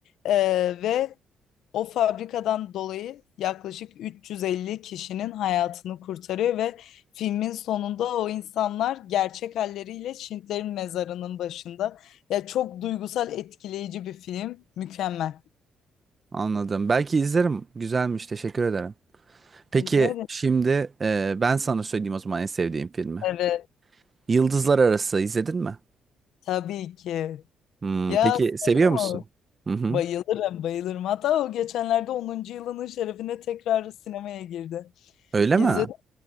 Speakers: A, on the left; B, on the right.
A: Eee, ve o fabrikadan dolayı yaklaşık 350 kişinin hayatını kurtarıyor ve filmin sonunda o insanlar gerçek halleriyle Şintlerin mezarının başında. Ya çok duygusal, etkileyici bir film. Mükemmel.
B: Anladım. Belki izlerim. Güzelmiş. Teşekkür ederim. Peki
A: Güzel. mi?
B: şimdi e, ben sana söyleyeyim o zaman en sevdiğim filmi.
A: Evet,
B: Yıldızlar Arası izledin mi?
A: tabii ki.
B: Hmm,
A: Ya
B: peki seviyor
A: sorma.
B: musun? Hı hı.
A: bayılırım, bayılırım. Hatta o geçenlerde onuncu yılının şerefine tekrar sinemaya girdi.
B: Öyle
A: İzledim.
B: mi?